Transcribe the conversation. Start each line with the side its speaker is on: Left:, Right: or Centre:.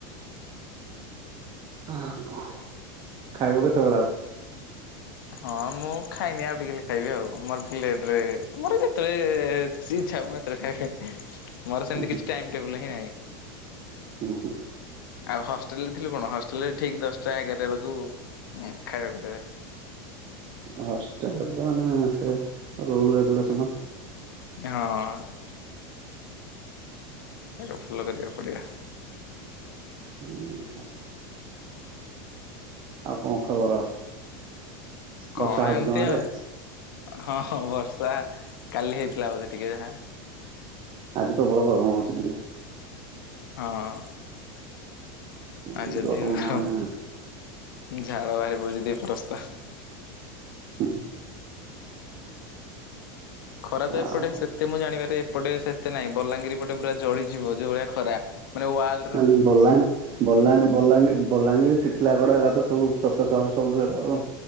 Right: ହଁ ଖାଇବ କେତେବେଳେ ଆଉ?
Left: ହଁ ମୁଁ ଖାଇନି ଆଉ ଟିକେ ଗଲେ ଖାଇବି ଆଉ ମୋର ବି ଲେଟ୍ ରେ ଯେତେବେଳେ ସେି୍ଛା ହ ମାତ୍ର ଖାଇବେ ମୋର ସେମିତି
Right: ହୁଁ
Left: କିଛି ଟାଇମ ଟେବୁଲ ହିଁ ନାହିଁ।
Right: ହୁଁ ହଁ
Left: ଆଉ ହଷ୍ଟେଲ ରେ ଥିଲୁ କଣ ହଷ୍ଟେଲ ରେ ଠିକ ଦଶଟା ଏଗାରା ବେଳକୁ ଖାଇବାକୁ ଦେବେ।
Right: ହଷ୍ଟେଲରେ ତ ମାନେ ସେ ରୁଲ ରେଗୁଲେସନ।
Left: ହଁ ତାକୁ <unintelligible> କରିବାକୁ କରିବା <unintelligible>
Right: ହୁଁ। ଆଉ କଣ ଖବର ଆଉ? ବର୍ଷା
Left: କଣ
Right: ହଉଛି
Left: ଏମିତି
Right: ତମ ଆଡେ
Left: ଆଉ ହଁ ହଁ ବର୍ଷା କାଲି ହେଇଥିଲା ବୋଧେ ଟିକେ ଯାହା
Right: ଆଜି ପ୍ରବଳ ଗରମ ହଉଛି ଟିକେ।
Left: ହଁ। ଆଜିଧ୍ୟ
Right: ଆଜି ଗରମ ମାନେ
Left: ଆ ଝାଳ ବାହାରି ପଡ଼ୁଛି ଫସ୍ତା <unintelligible>
Right: ହ ହ।
Left: ଖରା ତ ଏପଟେ
Right: ଆଉ
Left: ସେତେ ମୁଁ ଜାଣିିବାରେ ଏପଟେ ଏତେ ନାଇଁ ବଲାଙ୍ଗିର ପଟେ ପୁରା ଜଳିଯିବ ଯୋଉ ଭଳିଆ ଖରା ମାନେୱାଲ
Right: ଆ ବଲାଙ୍ଗ ବଙ୍ଗ ବଲାଙ୍ଗୀର ବଲାଙ୍ଗୀର ଟିଟିଲାଗଡ଼ ଏରା ତ ସବୁ ତତା ସହର ସବୁଠୁ ଆଉ।